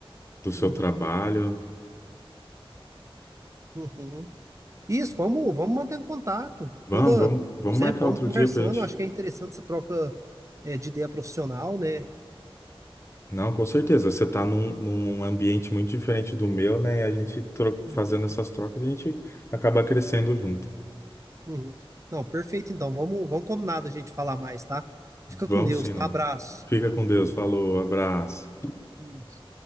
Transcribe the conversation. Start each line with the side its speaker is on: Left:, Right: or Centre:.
Left: do seu
Right: Uhum,
Left: trabalho.
Right: uhum. Isso, vamos, vamos mantendo contato.
Left: Vamos,
Right: Toda,
Left: vamos, vamos
Right: sempre
Left: marcar
Right: vamos
Left: outro
Right: conversando.
Left: dia pra gente.
Right: Acho que é interessante essa troca, é, de ideia profissional, né?
Left: Não, com certeza. Você tá num, num ambiente muito diferente do meu, né? E a gente tro-
Right: Uhum,
Left: fazendo essas trocas, a gente acaba crescendo junto.
Right: uhum. Não, perfeito, então. Vamos, vamos combinar da gente falar mais, tá?
Left: Vamos
Right: Fica com Deus,
Left: sim,
Right: tá?
Left: lá.
Right: Abraço.
Left: Fica com Deus. Falou, abraço.
Right: Isso.